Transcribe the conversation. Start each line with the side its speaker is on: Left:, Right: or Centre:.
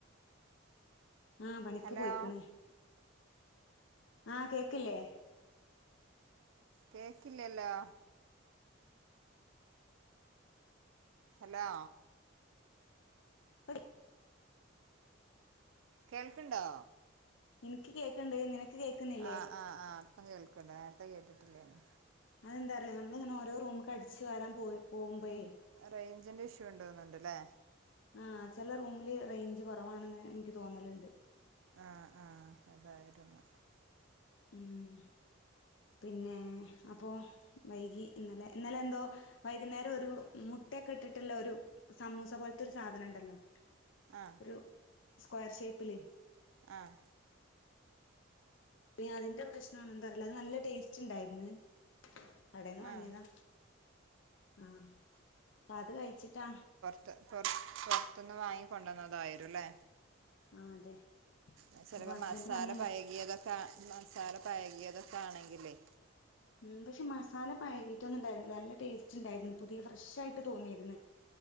Left: ആ പണിക്ക്
Right: ഹലോ
Left: പോയിക്ക്‌ണ് ആ കേക്ക്‌ല്ലേ
Right: കേക്കില്ലല്ലോ ഹലോ
Left: <unintelligible>
Right: കേൾക്ക്ണ്ടോ?
Left: ഇനിക്ക് കേക്കണ്ട് നിനക്ക് കേക്കുന്നില്ലേ
Right: ആഹ് ആഹ് ആഹ് ഇപ്പൊ കേൾക്ക്ണ്ട നേരത്തെ കേട്ടിട്ടില്ലേനു
Left: അതെന്താറിയോ നമ്മളിങ്ങനെ ഓരോ റൂമൊക്ക് അടിച്ചച്ച് വരാൻ പോ പോകുമ്പോഴേ
Right: റേഞ്ചിൻ്റെ ഇഷ്യൂ ഉണ്ടോന്നുന്നുണ്ട് ലെ
Left: ആഹ് ചില റൂമില് റേഞ്ച് കുറവാണെന്ന് എനിക്ക് തോന്നലുണ്ട്
Right: ആഹ് ആഹ് അതായിരുന്നു
Left: ഉം പിന്നെ അപ്പൊ വൈകി ഇന്നലെ ഇന്നലെ എന്തോ വൈകുന്നേരം ഒരു മുട്ടയൊക്കെ ഇട്ടിട്ടുള്ള ഒരു സമൂസപോൽത്തൊരു സാധനംണ്ടല്ലോ
Right: ആഹ്
Left: ഒരു സ്ക്വയർ ഷേപ്പില്?
Right: ആഹ്
Left: ഇനി അതിന്റെ പ്രശ് നാണോ ന്താ അറീല അത് ന്നല്ലെ ടേസ്റ്റ് ഇണ്ടായിരുന്നു, കടെന്ന് വാങ്ങിയതാ.
Right: ആഹ്
Left: ആഹ് അപ്പത് കഴ്‌ച്ചിട്ടാ.
Right: ട്ട് പൊർ പോർത്ത്ന്ന് വാങ്ങി കൊണ്ടന്നതായിരുലെ?
Left: ആഹ് അതെ
Right: അത്‌ ചെലെപ്പോ
Left: അപ്പൊ ഹസ്ബൻഡ്
Right: മസാല
Left: പറഞ്ഞു
Right: പഴകിയതൊക്കെ മസാലപഴകിയതൊക്കെ ആണെങ്കിലേ
Left: ഉംപശെ പക്ഷെ മസാല പഴകിയിട്ടൊന്നുണ്ടായിരുന്നില്ല, നല്ലെ ടേസ്റ്റ് ഇണ്ടായിരുന്നു പുതിയ ഫ്രഷ് ആയിട്ട് തോന്നിയിരുന്നു.